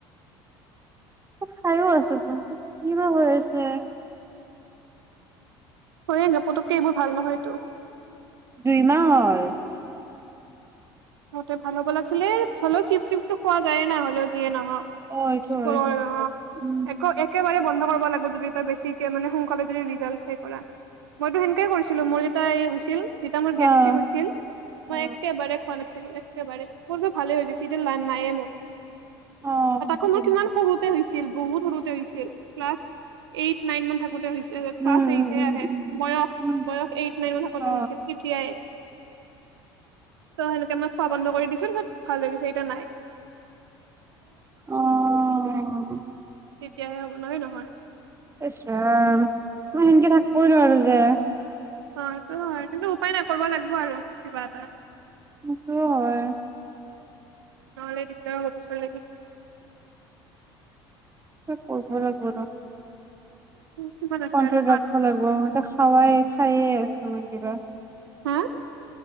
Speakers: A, on the right; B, on the right.
A: ত' খাইয়ো আছোচোন! ত' কি বা হৈ আছে!
B: হৈয়েতো। পুতুককে এইবোৰ ভাল নহয়টো।
A: দুই মাহ হ'ল।
B: মোৰ টো ভাল হ'ব লাগছিলে। হ'লেও চিপচ টিপছটো খোৱা যায়েই না হ'লেও যিয়ে নহক!
A: অ', এইটো
B: হয়
A: কিন্তু
B: অ'!
A: উম,
B: এক- একেবাৰে বন্ধ কৰ্ব লাগব্। দি পেলাই বেছিকে মানে ৰিজাল্ট চাই কৰা মই টো হেনেকৈ কৰছিলোঁ! তাই হইছিল। যেতিয়া মোৰ
A: অ',
B: গেষ্ট্ৰিক হৈছিল মই
A: অ'।
B: এইয়াতকে খোৱা নাছিলোঁ একেবাৰে বব ভালে হৈ গৈছে এতিয়া লাভ নাই মোৰ
A: অ
B: আৰু তাকো মোৰ
A: উম
B: কিমান সৰুতে হৈছিল বহুত সৰুতে হৈছিল, ক্লাছ এইট নায়েন মান থাকোঁতে ক্লাছ
A: উম
B: এইট হে
A: উম
B: আহে, বয়স
A: উম
B: বয়স এইট নাইন মানত থাকোতে
A: অ
B: হৈছিল তেতিয়াই ত' সেনেকে মই খোৱা বন্ধ কৰি দিছো চব ভাল গৈছে এতিয়া নাহে
A: অ অ
B: তেতিয়াহে হ'ব নহয় নহয়
A: ইছ ৰাম মই সেনেকে
B: উম।
A: থাকিব এ নোৱাৰোঁ যে
B: অ সেইটো হয় কিন্তু উপায় নাই, কৰিব লাগিব আৰু কিবা এটা
A: সেইটো হয়
B: নহলে দিগদাৰ হ'ব পিছৰ লৈকে
A: উ কৰিব লাগিব ৰ
B: কিমান আছে
A: কন্ট্ৰল
B: আৰু সাত
A: ৰাখিব
B: মিনিট।
A: লাগিব মই ত খাওঁৱে খায়ে আছো আৰু কিবা
B: হা